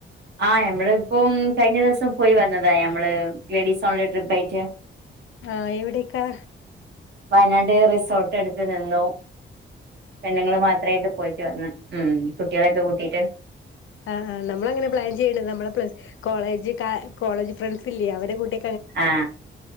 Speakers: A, on the right (about 60°); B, on the left (about 80°).
A: ആ ഞമ്മളിപ്പോം കഴിഞ്ഞ ദിവസം പോയി വന്നതാ ഞമ്മള് ലേഡീസ് ഓൺലി ട്രിപ്പായിട്ട്.
B: ആ എവിടേക്കാ?
A: വയനാട് റിസോട്ട് എടുത്ത് നിന്നു. പെണ്ണുങ്ങള് മാത്രായിട്ട് പോയിട്ട് വന്ന്. ഉം കുട്ടികളൊക്കെ
B: ആ
A: കൂട്ടിട്ട്
B: ആ നമ്മൾ അങ്ങനെ പ്ലാൻ ചെയ്യേണ്ട് നമ്മളെ പ്ലസ് കോളേജ് കാ കോളേജ് ഫ്രണ്ട്സ് ഇല്ലേ അവരെ കൂട്ടെ
A: ആ